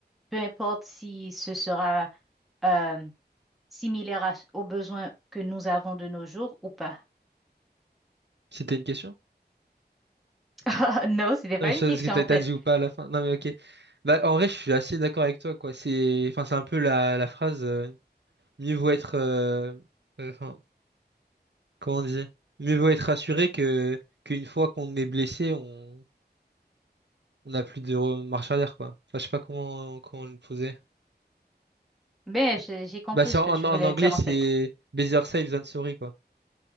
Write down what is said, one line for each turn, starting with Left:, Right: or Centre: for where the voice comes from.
Centre: peu importe si ce sera euh, similaire à- aux besoins que nous avons de nos jours ou pas?
Right: C'était une question?
Centre: <laughs> Non, c'était pas
Right: Non, mais
Centre: une
Right: je sais
Centre: question
Right: pas ce que t'as
Centre: en fait.
Right: t'as dit ou pas à la fin. Non, mais ok. Bah, en vrai, je suis assez d'accord avec toi, quoi. C'est, enfin, c'est un peu la, la phrase, euh, mieux vaut être, euh, euh, enfin, comment on dit? Mieux vaut être rassuré que, qu'une fois qu'on est blessé, on, on n'a plus de re- marche arrière, quoi. Enfin, je sais pas comment, comment le poser.
Centre: Ben, j'ai j'ai compris
Right: Bah, c'est
Centre: ce
Right: en,
Centre: que tu
Right: en
Centre: voulais
Right: anglais,
Centre: dire
Right: c'est
Centre: en fait.
Right: better safe than sorry, quoi.